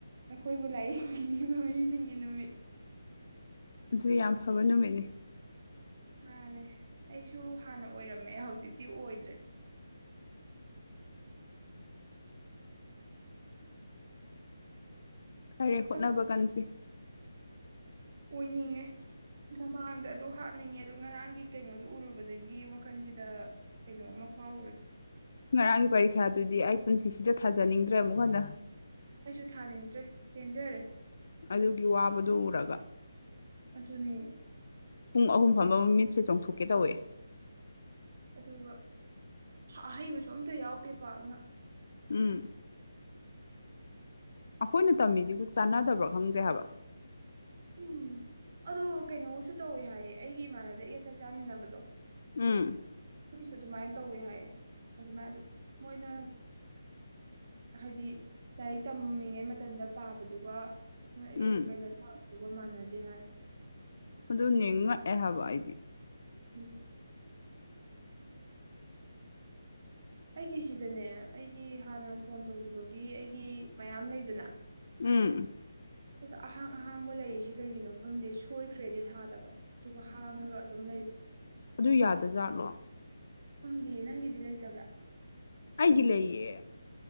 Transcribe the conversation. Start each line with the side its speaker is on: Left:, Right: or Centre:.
Right: ꯑꯩꯈꯣꯏꯕꯨ ꯂꯥꯏꯌꯦꯡꯕꯤꯔꯤꯕ ꯃꯃꯤꯁꯤꯡꯒꯤ ꯅꯨꯃꯤꯠ
Left: ꯑꯗꯨ ꯌꯥꯝ ꯐꯕ ꯅꯨꯃꯤꯠꯅꯤ
Right: ꯃꯥꯅꯦ ꯑꯩꯁꯨ ꯍꯥꯟꯅ ꯑꯣꯏꯔꯝꯃꯦ ꯍꯧꯖꯤꯛꯇꯤ ꯑꯣꯏꯗ꯭ꯔꯦ <inaudible>
Left: ꯐꯔꯦ ꯍꯣꯠꯅꯕ
Right: ꯑꯁ
Left: ꯀꯥꯟꯁꯤ
Right: ꯑꯣꯏꯅꯤꯡꯉꯦ ꯃꯃꯥꯡꯗ ꯑꯗꯨ ꯍꯥꯞ ꯍꯥꯞꯅꯤꯡꯉꯦ ꯑꯣ ꯉꯔꯥꯡꯒꯤ ꯀꯩꯅꯣꯗꯨꯣ ꯎꯔꯨꯕꯗꯒꯤ ꯋꯥꯈꯜꯁꯤꯗ ꯀꯩꯅꯣꯝ ꯃ ꯐꯥꯎꯔꯨꯔꯦ
Left: ꯉꯔꯥꯡꯒꯤ ꯄꯔꯤꯈ꯭ꯌꯥꯗꯨꯗꯤ ꯑꯩ ꯄꯨꯟꯁꯤꯁꯤꯗ ꯊꯥꯖꯅꯤꯡꯗ꯭ꯔꯦ ꯑꯃꯨꯛ ꯍꯟꯅ
Right: ꯑꯩꯁꯨ ꯊꯥꯅꯤꯡꯗ꯭ꯔꯦ ꯄꯦꯟꯖꯔꯦ
Left: ꯑꯗꯨꯒꯤ ꯋꯥꯕꯗꯨ ꯎꯔꯒ
Right: ꯑꯗꯨꯅꯦ
Left: ꯄꯨꯡ ꯑꯍꯨꯝ ꯐꯝꯕꯕꯨ ꯃꯤꯠꯁꯦ ꯆꯣꯡꯊꯣꯛꯀꯦ ꯇꯧꯋꯦ
Right: ꯑꯗꯨꯒ ꯑꯍꯩꯕꯁꯨ ꯑꯝꯇ ꯌꯥꯎꯗꯦꯕ ꯄꯥꯛꯅ
Left: ꯎꯝ ꯑꯩꯈꯣꯏꯅ ꯇꯝꯃꯤꯁꯤꯕꯨ ꯆꯥꯟꯅꯗꯕ꯭ꯔꯥ ꯈꯪꯗꯦ ꯍꯥꯏꯕ
Right: ꯎꯝ ꯑꯗꯣ ꯀꯩꯅꯣꯁꯨ ꯇꯧꯋꯤ ꯍꯥꯏꯌꯦ ꯑꯩꯒꯤ ꯏꯃꯥꯟꯅꯕꯤ ꯑꯩꯒ ꯆꯥꯛ ꯆꯥꯃꯤꯟꯅꯕꯗꯣ
Left: ꯎꯝ
Right: ꯑꯗꯨꯒꯤꯁꯨ ꯑꯗꯨꯃꯥꯏꯅ ꯇꯧꯋꯤ ꯍꯥꯏ ꯑꯗꯨꯃꯥꯏ ꯑꯗꯨ ꯃꯣꯏꯅ ꯍꯥꯏꯗꯤ ꯂꯥꯏꯔꯤꯛ ꯇꯝꯃꯤꯉꯩ ꯃꯇꯝꯗ ꯄꯥꯕꯗꯨꯒ ꯍꯣꯏ <unintelligible>
Left: ꯎꯝ
Right: ꯀꯩꯅꯣ ꯇꯧꯕꯗꯨꯒ ꯃꯥꯟꯅꯗꯦ ꯍꯥꯏ
Left: ꯑꯗꯨ ꯅꯦ ꯉꯛꯑꯦ ꯍꯥꯏꯕ ꯑꯩꯗꯤ
Right: ꯎꯝ ꯑꯩꯒꯤ ꯁꯤꯗꯅꯦ ꯑꯩꯒꯤ ꯍꯥꯟꯅ ꯐꯣꯟ ꯇꯧꯒꯤꯕꯒꯤ ꯑꯩꯒꯤ ꯃꯌꯥꯝ ꯂꯩꯗꯅ
Left: ꯎꯝ
Right: ꯑꯗꯨꯗ ꯑꯍꯥꯡ ꯑꯍꯥꯡꯕ ꯂꯩꯔꯤꯁꯤ ꯀꯩꯒꯤꯅꯣ ꯈꯪꯗꯦ ꯁꯣꯏꯈ꯭ꯔꯦꯗꯤ ꯊꯥꯗꯕ ꯑꯗꯨꯒ ꯍꯥꯡꯉꯒ ꯑꯗꯨꯝ ꯂꯩꯕ
Left: ꯑꯗꯨ ꯌꯥꯗꯖꯥꯠꯂꯣ
Right: ꯐꯪꯗꯤꯌꯦ ꯅꯪꯒꯤꯗꯤ ꯂꯩꯇꯕ꯭ꯔꯥ
Left: ꯑꯩꯒꯤ ꯂꯩꯌꯦ